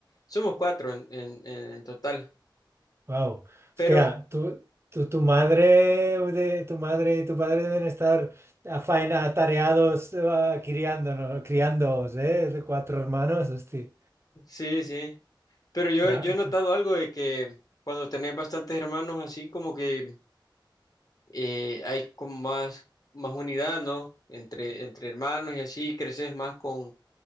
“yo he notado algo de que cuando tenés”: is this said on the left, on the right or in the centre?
Left